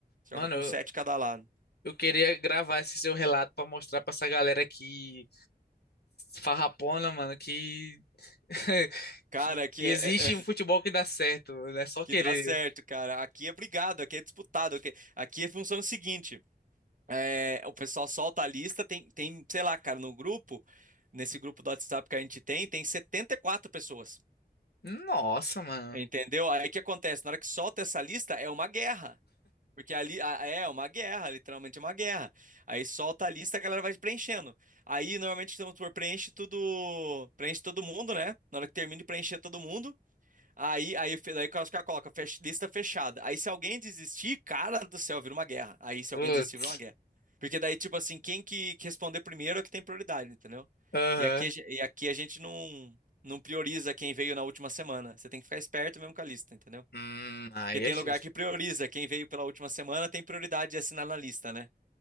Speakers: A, on the right (about 55°); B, on the left (about 80°).
A: Joga
B: Mano,
A: com
B: eu,
A: 7 cada lado.
B: eu queria gravar esse seu relato pra mostrar pra essa galera que farrapona, mano, que, <laughs>
A: Cara,
B: que
A: que,
B: que
A: é,
B: existe
A: é- é-
B: um futebol que dá certo, né? Só
A: que
B: querer.
A: dá certo, cara. Aqui é brigado, aqui é disputado. Aqui, aqui é função seguinte. é, o pessoal solta a lista, tem, tem, sei lá, cara, no grupo, nesse grupo do WhatsApp que a gente tem, tem 74 pessoas.
B: Nossa, mano.
A: Entendeu? Aí o que acontece? Na hora que solta essa lista, é uma guerra. Porque ali a- é uma guerra, literalmente uma guerra. Aí solta a lista, a galera vai preenchendo. Aí normalmente então, tu preenche tudo, preenche todo mundo, né? Na hora que termina de preencher todo mundo, Aí, aí, fe- daí os caras colocam fech- lista fechada. Aí se alguém desistir, cara do céu, vira uma guerra. Aí se
B: Putz.
A: alguém desistir, vira uma guerra. Porque daí, tipo assim, quem que, que responder primeiro é que tem prioridade, entendeu?
B: Aham.
A: E aqui, a ge- e aqui a gente não, não prioriza quem veio na última semana. Você tem que ficar esperto mesmo com a lista, entendeu?
B: Hum, aí
A: Porque tem
B: é justo.
A: lugar que prioriza. Quem veio pela última semana tem prioridade de assinar na lista, né?